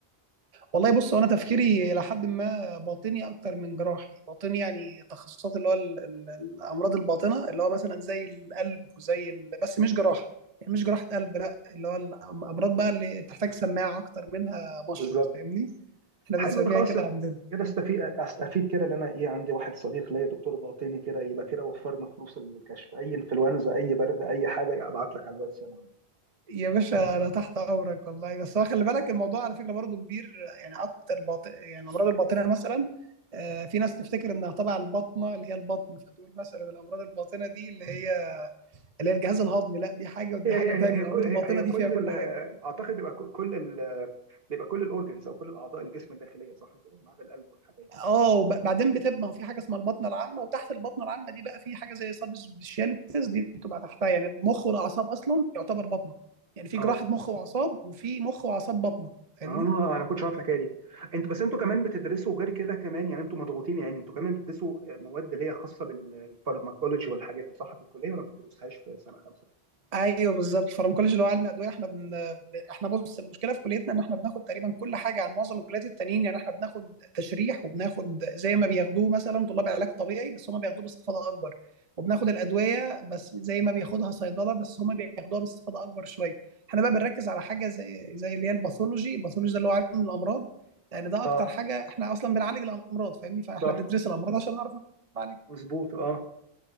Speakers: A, on the right (about 35°); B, on the right (about 65°).
A: والله بص هو انا تفكيري الى حد ما باطني اكتر من جراحي باطني يعني تخصصات اللي هو ال- ال- الامراض الباطنه اللي هو مثلا زي القلب وزي ال... بس مش جراحه يعني مش جراحه قلب لا اللي هو الامراض بقى اللي بتحتاج سماعه اكتر منها مشرط
B: بالظبط
A: فاهمني احنا
B: حلو
A: بنسميها
B: انا خلاص
A: كده عندنا
B: كده استفيد استفيد كده ان انا ايه عندي واحد صديق ليا دكتور باطني كده يبقى كده وفرنا فلوس الكشف اي انفلونزا اي برد اي حاجه ابعت لك على الواتساب على طول.
A: يا باشا انا تحت امرك والله بس هو خلي بالك الموضوع على فكره برضه كبير يعني اكتر باطن يعني امراض الباطنه مثلا آه، في ناس تفتكر انها تبع البطنه اللي هي البطن فتقول مثلا الامراض الباطنه دي اللي هي اللي هي الجهاز الهضمي لا دي حاجه ودي
B: هي
A: حاجه
B: هي
A: تانية
B: هي
A: الامراض
B: كل هي
A: الباطنه
B: هي
A: دي
B: كل
A: فيها كل
B: ال-
A: حاجه
B: اعتقد بيبقى كل ال- بيبقى كل الاورجنز او كل الاعضاء الجسم الداخليه صح كده ما عدا القلب والحاجات
A: اه وب- بعدين بتبقى في حاجه اسمها البطنه العامه وتحت البطنه العامه دي بقى في حاجه زي سب سبيشاليتيز دي بتبقى تحتها يعني المخ والاعصاب اصلا يعتبر بطنه يعني في
B: اه
A: جراحه مخ واعصاب وفي مخ واعصاب بطنه فاهمني
B: اه انا كنتش عارف الحكايه دي انتوا بس انتوا كمان بتدرسوا غير كده كمان يعني انتوا مضغوطين يعني انتوا كمان بتدرسوا آه، مواد اللي هي خاصه بالفارماكولوجي والحاجات دي صح في الكليه ولا ما بتدرسوهاش في سنه خمسه؟
A: ايوه بالظبط الفارماكولوجي اللي هو علم الادويه احنا بن... بن- احنا بص المشكله في كليتنا ان احنا بناخد تقريبا كل حاجه عن معظم الكليات التانيين يعني احنا بناخد تشريح وبناخد زي ما بياخدوه مثلا طلاب علاج طبيعي بس هم بياخدوه باستفاضه اكبر وبناخد الادويه بس زي ما بياخدها صيدله بس هم بياخدوها باستفاضه اكبر شويه احنا بقى بنركز على حاجه زي زي اللي هي الباثولوجي الباثولوجي ده اللي هو علم الامراض لان ده
B: اه
A: اكتر حاجه احنا اصلا بنعالج الامراض فاهمني فاحنا
B: صح
A: بندرس الامراض عشان نعرف نعالج
B: مظبوط اه